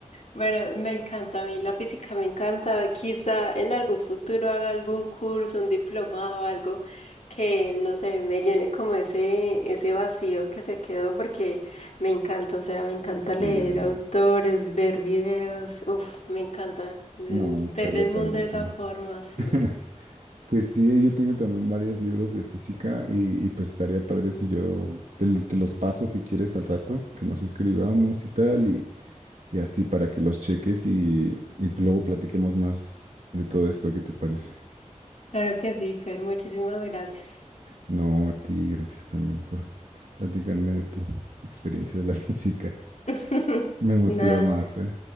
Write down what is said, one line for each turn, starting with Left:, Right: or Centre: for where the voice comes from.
Left: Bueno, me encanta a mí, la física me encanta. Quizá en algún futuro haga algún curso, un diplomado, algo que, no sé, me llene como ese, ese vacío que se quedó porque me encanta, o sea, me encanta leer
Right: Eh,
Left: autores, ver videos. Uf, me encanta eh,
Right: no,
Left: ver
Right: estaría
Left: el
Right: padrísimo.
Left: mundo de esa forma, sí.
Right: <laughs> Pues sí, yo tengo también varios libros de física y, y pues estaría padre si yo te, l- te los paso si quieres al rato, que nos escribamos y tal, y, y así para que los cheques y, y luego platiquemos más de todo esto, ¿qué te parece?
Left: Claro que sí, Fer, muchísimas gracias.
Right: No, a ti, gracias también por platicarme de tu experiencia de la <laughs> física.
Left: <laughs>
Right: Me motiva
Left: Nada.
Right: más, ¿eh?